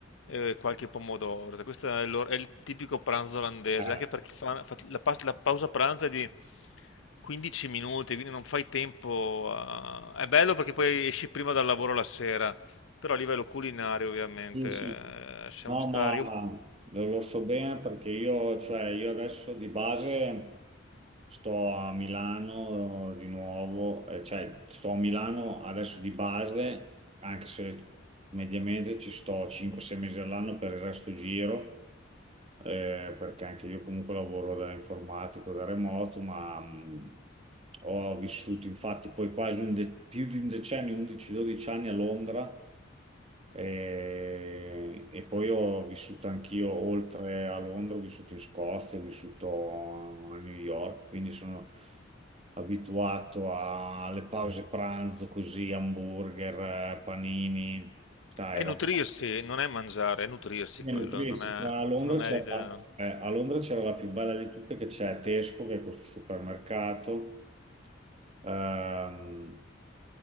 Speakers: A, on the left; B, on the right.
A: e qualche pomodoro. Cioè, Questo è, l'or- è il tipico pranzo olandese,
B: Eh,
A: anche perché fa- fa- la, pas- la pausa pranzo è di 15 minuti, quindi non fai tempo a- È bello perché poi esci prima dal lavoro la sera, però a livello culinario ovviamente
B: sì, sì.
A: eh, siamo
B: No,
A: stati...
B: ma
A: Io-
B: lo, lo so bene perché io, cioè, io adesso di base sto a Milano di nuovo, eh, cioè sto a Milano adesso di base, anche se mediamente ci sto 5-6 mesi all'anno per il resto giro. eh, perché anche io comunque lavoro da informatico, da remoto, ma mh, ho vissuto infatti poi quasi un de- più di un decennio, 11-12 anni a Londra eh, e, poi ho vissuto anch'io oltre a Londra, ho vissuto in Scozia, ho vissuto a New York, quindi sono abituato a- alle pause pranzo così, hamburger, eh, panini, sai,
A: È
B: roba.
A: nutrirsi, non è mangiare, è nutrirsi
B: Bisogna
A: quello,
B: nutrirsi.
A: non è,
B: A Londra
A: non
B: c'era
A: è l'idea.
B: la, eh, a Londra c'era la più bella di tutte che c'è Tesco, che è questo supermercato, ehm,